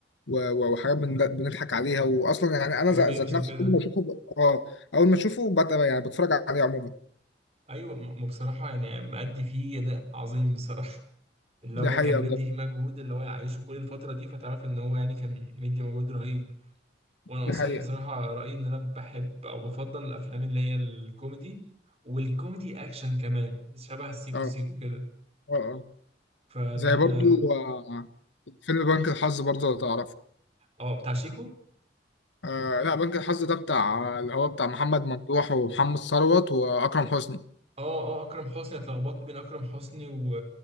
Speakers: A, on the left (about 80°); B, on the right (about 35°).
A: و- وحاجات بن... بنضحك عليها وأصلا يعني أنا
B: وميمز
A: ذات ذات نفسي
B: وكده
A: كل ما أشوفه ب... اه أول ما أشوفه بت... يعني بتفرج عليه عموما
B: ايوه م- ما بصراحه يعني مأدي فيه اداء عظيم بصراحه <laughs> اللي
A: دي
B: هو
A: حقيقة
B: كان مدي
A: بجد
B: فيه مجهود اللي هو يعيشه كل الفتره دي فتعرف ان هو يعني كان مدي مجهود رهيب وانا
A: دي
B: اصلا
A: حقيقة
B: بصراحه رايي ان انا بحب او بفضل الافلام اللي هي الكوميدي والكوميدي اكشن كمان شبه سيكو
A: اه
B: سيكو كده
A: اه اه
B: فده
A: زي
B: انا
A: برضو آه، فيلم بنك الحظ برضو لو تعرفه
B: اه بتاع شيكو
A: آه لا بنك الحظ ده بتاع اللي هو بتاع محمد ممدوح ومحمد ثروت واكرم حسني
B: اه اه اكرم حسني اتلخبطت بين اكرم حسني و...